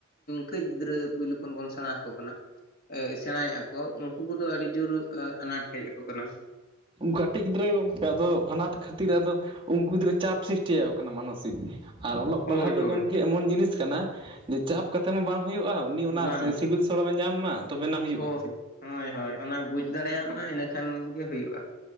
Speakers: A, on the left; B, on the right.
A: ᱠᱟᱹᱡ ᱜᱤᱫᱽᱨᱟᱹ ᱯᱳᱭᱞᱳ ᱠᱷᱚᱱ ᱵᱚᱱ ᱥᱮᱬᱟ ᱟᱠᱚ ᱠᱟᱱᱟ ᱥᱮᱬᱟᱭᱮᱜ ᱟᱠᱚ ᱩᱝᱠᱩ ᱠᱚᱫᱚ ᱟᱹᱰᱤ ᱡᱳᱨ ᱟᱱᱟᱴ ᱦᱮᱡ ᱟᱠᱚ ᱠᱟᱱᱟ᱾
B: ᱠᱟᱹᱴᱤᱡ ᱜᱤᱫᱽᱨᱟᱹ ᱜᱚᱝᱠᱮ ᱟᱫᱚ ᱟᱱᱟᱴ ᱠᱷᱟᱹᱛᱤᱨ ᱟᱫᱚ ᱩᱱᱠᱩ ᱜᱤᱫᱽᱨᱟᱹ ᱪᱟᱯ ᱥᱨᱤᱥᱴᱤᱭᱟᱠᱚ ᱠᱟᱱᱟ ᱢᱟᱱᱚᱥᱤᱠ ᱟᱨ ᱚᱞᱚᱜ
A: ᱦᱳᱭ
B: ᱯᱟᱲᱦᱟᱜ ᱫᱚ
A: ᱦᱳᱭ
B: ᱜᱚᱝᱠᱮ ᱮᱢᱚᱱ ᱡᱤᱱᱤᱥ ᱠᱟᱱᱟ ᱡᱮ ᱪᱟᱯ ᱠᱟᱛᱮ ᱢᱟ ᱵᱟᱝ ᱦᱩᱭᱩᱜᱼᱟ ᱩᱱᱤ ᱚᱱᱟ
A: ᱵᱟᱝ
B: ᱥᱤᱵᱤᱞ ᱥᱚᱲᱚᱢᱮ ᱧᱟᱢ ᱢᱟ ᱛᱚᱵᱮᱱᱟ ᱦᱩᱭᱩᱜᱼᱟ᱾
A: ᱦᱳᱭ ᱦᱳᱭ ᱦᱳᱭ ᱚᱱᱟ ᱵᱩᱡᱽ ᱫᱟᱲᱮᱭᱟᱜ ᱢᱟᱭ ᱤᱱᱟᱹ ᱠᱷᱟᱱ ᱜᱮ ᱦᱩᱭᱩᱜᱼᱟ᱾